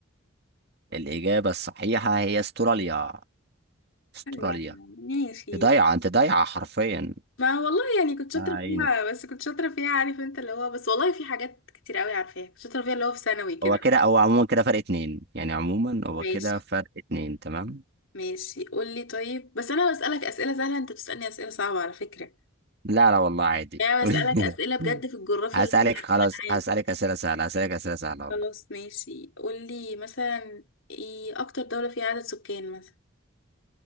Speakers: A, on the right (about 50°); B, on the left (about 70°).
A: الإجابة الصحيحة هي استراليا استراليا
B: يعني ماشي
A: انت ضايعة انت ضايعة حرفيا
B: ما والله يعني كنت شاطرة
A: آه، عيني
B: فيها بس كنت شاطرة فيها عارف انت اللي هو بس والله في حاجات كتير قوي عارفاها كنت شاطرة فيها اللي هو في ثانوي كده
A: هو كده هو عموما كده فرق اتنين يعني عموما هو
B: ماشي
A: كده فرق اتنين تمام
B: ماشي قولي طيب بس انا بسألك اسئلة سهلة انت بتسألني اسئلة صعبة على فكرة
A: لا لا والله عادي
B: يعني
A: <laughs>
B: بسألك
A: قولي كده
B: أسئلة بجد في الجغرافيا
A: هسألك
B: اللي احنا عارفينها
A: خلاص هسألك
B: عادي
A: أسئلة سهلة هسألك أسئلة سهلة والله
B: خلاص ماشي قولي مثلا ايه أكتر دولة فيها عدد سكان مثلا